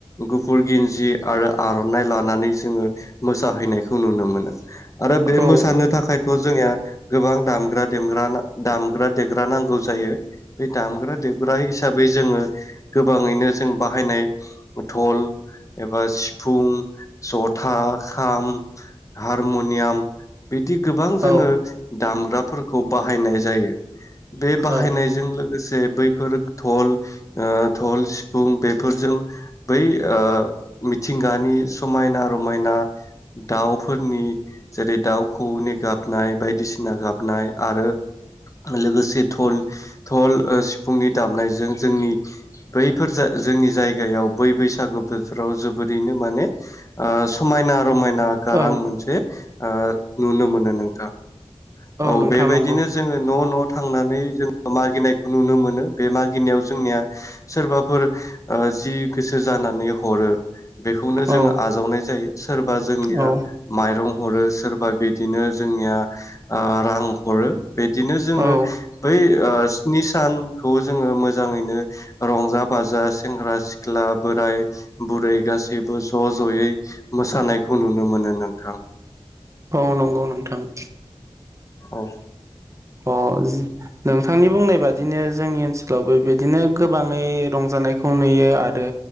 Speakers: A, on the left; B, on the right.
A: गुफुर गिन्जि आरो आर'नाइ लानानै जोंङो मोसाहैनायखौ नुनो मोनो। आरो बे
B: औ
A: मोसानो थाखायथ' जोंनिया गोबां दामग्रा देमग्रा ना दामग्रा देग्रा नांगौ जायो। बे दामग्रा देग हिसाबै जोंङो गोबांङैनो जों बाहायनाय धल एबा सिफुं जथा खाम, हारमुनियाम बिदि गोबां जोंङो
B: औ
A: दामग्राफोरखौ बा हायनाय जायो। बे बाहायनायजों
B: औ
A: लोगो से बैब फोर धल ओ धल, सिफुं बेफोरजों बै ओ मिथिंगानि समायना रमायना दाव फोरनि जेरै दाव खोऔनि गाबनाय बायदिसिना गाबनाय आरो लोगोसे धल-धल ओ सि फुंनि दामनायजों जोंनि बैफोर जो जोंनि जायगायाव बै बैसाग बैसागु बोथोराव जोबोरैनो माने ओ समायना रमायना गारां
B: औ
A: मोनसे ओ नुनो मोनो। नोंथां औ
B: नोंथां
A: बेबायदिनो
B: नंगौ
A: जोङो न' न' थांनानै जोङो मागिनाय नुनो मोनो बे मागिनायाव जोंनिया सोरबाफोर ओ जि गोसो जानानै हरो बेखौनो जोङो
B: औ
A: आजावनाय जायो सोरबा जोंनिया
B: औ
A: माइरं हरो सोरबा बिदिनो जोंनिया ओ रां हरो। बेदिनो जोङो
B: औ
A: बै ओ नि सान खौ जोङो मोजाङैनो रंजा-बाजा सेंग्रा-सिख्ला, बोराय-बुरै गासैबो ज' ज'यै मोसानायखौ नुनो मोनो नोंथां
B: औ नंगौ नोंथां
A: औ
B: अ नोंथांनि बुंनाय बा दिनो जों ओनसोलावबो बिदिनो गोबाङै रंजानायखौ नुयो आरो